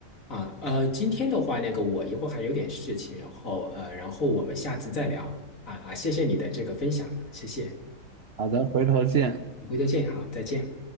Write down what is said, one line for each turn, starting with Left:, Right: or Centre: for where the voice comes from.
Left: 啊。呃，今天的话，那个我一会儿还有点事情，然后呃，然后我们下次再聊啊啊，谢谢你的这个分享，谢谢，
Right: 好的，回头见。
Left: 你回头见，好，再见。